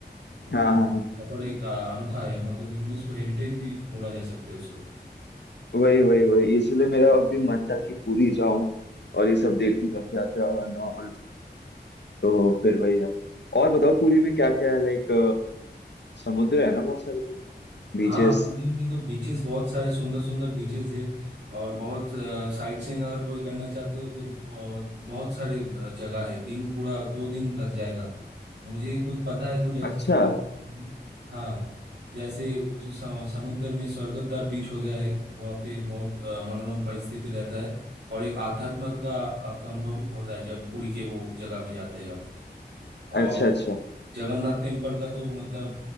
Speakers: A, on the right; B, on the left.
A: वो
B: हाँ हाँ, हाँ।
A: सफर एक आ, अनोखा है मतलब यूनेस्को हेरिटेज भी बोला जा सकता है उसको
B: वही वही वही इसलिए मेरा अभी मन था कि पूरी जाऊं और ये सब देखूं रथ यात्रा और all तो फिर वही है और बताओ पुरी में क्या क्या है लाइक समुद्र है ना बहुत सारे तो बीचेस
A: हाँ पुरी में तो बीचेस बहुत सारे सुंदर सुंदर बीचेस है और बहुत साइट सीइंग अगर कोई करना चाहते हो तो बहुत, बहुत सारे आ, जगह है दिन पूरा दो दिन लग जाएगा मुझे कुछ पता है कुछ ऐसे
B: अच्छा
A: स्थान <laughs> हाँ जैसे जो स- समुद्र में स्वर्गद्वार बीच हो गया है वहाँ पे बहुत आ, मनोरम परिस्थिति रहता है और एक आध्यात्म का आपका अनुभव होता है जब पुरी के वो जगह में जाते हैं आप
B: अच्छा अच्छा
A: जगन्नाथ टेम्पल का तो मतलब